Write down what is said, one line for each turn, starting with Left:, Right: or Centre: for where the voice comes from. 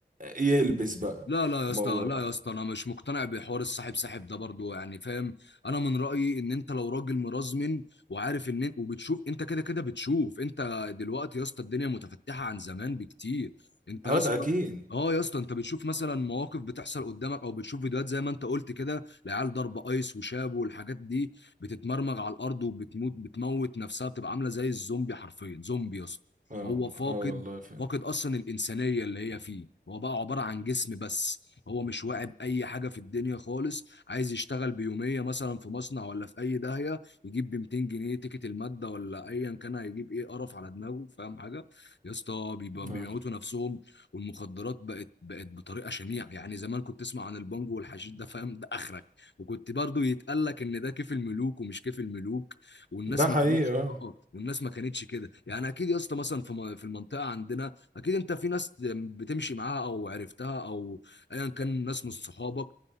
Right: يلبس بقى
Left: لا لا يا
Right: موضوع
Left: اسطى لا يا اسطى انا مش مقتنع بحوار الصاحب ساحب ده برضو يعني فاهم انا من رايي ان انت لو راجل مرزمن وعارف ان وبتشوف انت كده كده بتشوف انت دلوقتي يا اسطى الدنيا متفتحه عن زمان بكتير انت
Right: اه
Left: يا اسطى
Right: ده أكيد
Left: اه يا اسطى انت بتشوف مثلا مواقف بتحصل قدامك او بتشوف فيديوهات زي ما انت قلت كده العيال ضرب ايس وشاب والحاجات دي بتتمرمغ على الارض وبتموت بتموت نفسها بتبقى عامله زي الزومبي حرفيا زومبي يا اسطى
Right: اه
Left: هو فاقد
Right: اه والله فعلا
Left: فاقد اصلا الانسانيه اللي هي فيه هو بقى عباره عن جسم بس هو مش واعي باي حاجه في الدنيا خالص عايز يشتغل بيوميه مثلا في مصنع ولا في اي داهيه يجيب ب 200 جنيه تيكت الماده ولا ايا كان هيجيب ايه قرف على دماغه فاهم حاجه يا اسطى بيبقى- بيموتوا
Right: اه
Left: نفسهم والمخدرات بقت بقت بطريقه شنيعه يعني زمان كنت تسمع عن البانجو والحشيش ده فاهم ده اخرك وكنت برضو يتقال لك ان ده كيف الملوك ومش كيف الملوك والناس
Right: ده حقيقي
Left: ما كانتش
Right: اه
Left: اه والناس ما كانتش كده يعني اكيد يا اسطى مثلا في م- في المنطقه عندنا اكيد انت في ناس بتمشي معاها او عرفتها او ايا كان ناس من صحابك